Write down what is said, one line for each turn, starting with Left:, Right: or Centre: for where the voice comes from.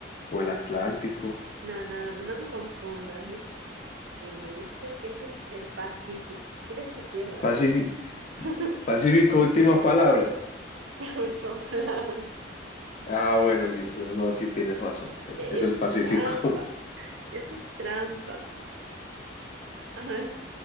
Left: o el Atlántico.
Right: No, no, no, no me confundas, no trates de confundirme. Yo sé que es el, el Pacífico. Quieres que pierda,
Left: Pacífico,
Right: ¿no? <laughs>
Left: Pacífico, última palabra.
Right: Última palabra.
Left: Ah, bueno, listo. No, sí tienes razón.
Right: E-
Left: Es
Right: Eso
Left: el Pacífico.
Right: es trampa, eso es trampa. Ay,